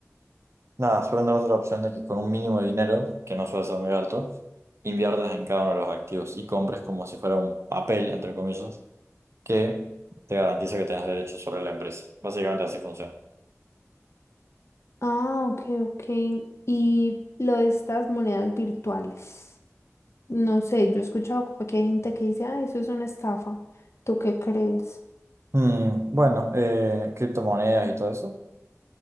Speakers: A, on the right; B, on the left.
A: nada, suelen dar otra opción de que con un mínimo de dinero, que no suele ser muy alto, inviertas en cada uno de los activos y compres como si fuera un papel, entre comillas, que te garantiza que tengas derechos sobre la empresa. Básicamente así funciona.
B: Ah, ok, ok. Y lo de estas monedas virtuales. No sé, yo he escuchado como que hay gente que dice, ah, eso es una estafa. ¿Tú qué crees?
A: Mm, bueno, eh, criptomonedas y todo eso.